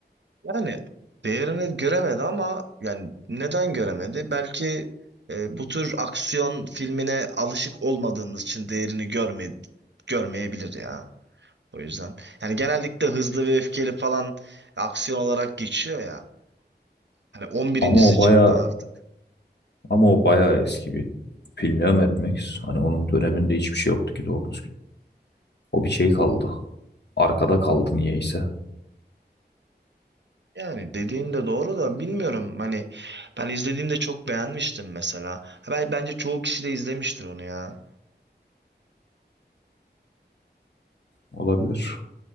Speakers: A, on the right; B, on the left.
A: Yani değerini göremedi ama yani neden göremedi? Belki e, bu tür aksiyon filmine alışık olmadığımız için değerini görme, görmeyebilir ya. O yüzden. Yani genellikle hızlı ve öfkeli falan aksiyon olarak geçiyor ya. Hani 11.si
B: Ama o
A: çıktı
B: baya
A: artık.
B: ama o baya eski bir film ya Mad Max. Hani onun döneminde hiçbir şey yoktu ki doğru düzgün. O bir şey kaldı. Arkada kaldı niyeyse.
A: Yani dediğin de doğru da bilmiyorum. Hani ben izlediğimde çok beğenmiştim mesela. Ha, Ben, bence çoğu kişi de izlemiştir onu ya.
B: Olabilir.